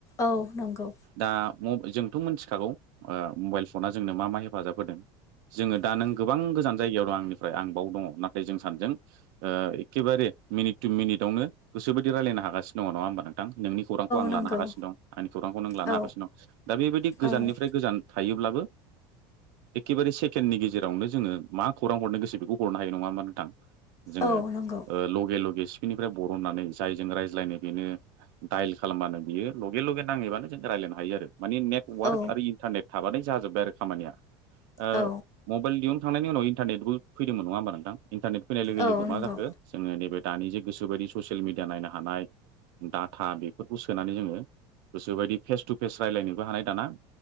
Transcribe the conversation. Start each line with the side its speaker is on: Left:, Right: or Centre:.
Left: औ नंगौ।
Right: दा म जोंथ' मिथिखागौ ओ मबाइल फना जोंनो मा मा हेफाजाब होदों। जोङो दा
Left: नै गोजान जायगायाव आंनिफ्राय आं बावनो मिनिट टु मिनिटआवनो गोसो बायदि रायलायनो हागासिनो दङ नङा होमबा नोंथां औ
Right: नों गोबां गोजान जायगायाव दं आंनिफ्राय आं बाव दङ नाथाय जों सानैजों ओ एखेबारे मिनिट टु मिनिटआवनो गोसो बायदि रायलायनो हागासिनो दङ नङा होमबा नोंथां। नोंनि खौरांखौ आं
Left: नंगौ
Right: लानो हागासिनो दं आंनि खौरांखौ नों लानो
Left: औ
Right: हागासिनो दं दा बेबायदि
Left: औ
Right: गोजाननिफ्राय गोजान। थायोब्लाबो एखेबारे सेकेण्डनि गेजरावनो जोङो मा खौरां हरनो गोसो बेखौ हरनो हायो नङा होनबा नोंथां। जोङो
Left: औ नंगौ
Right: ओ लगे लगे सिफिनिफ्राय बरननानै जायजों रायज्लायनो बेनो दाइल खालामबानो बियो लगे लगे नांहैबानो जों रायज्लायनो हायो आरो माने नेट वार्क
Left: औ
Right: आरो इन्टारनेट थाबानाय जाजोब्बाय आरो खामानिया ओ।
Left: औ
Right: मबाइल दिहुनखांनायनि उनाव इन्टारनेटबो फैदोंमोन नङा होनबा नोंथां इन्टारनेट फैनाय
Left: औ
Right: लोगो
Left: नंगौ
Right: मा जाखो जोङो नैबे दानि जे गोसोबायदि ससियेल मिडिया नायनो हानाय। डाटा बेफोरखौ सोनानै जोङो गोसोबायदि फेस टु फेस रायज्लायनोबो हानाय दाना।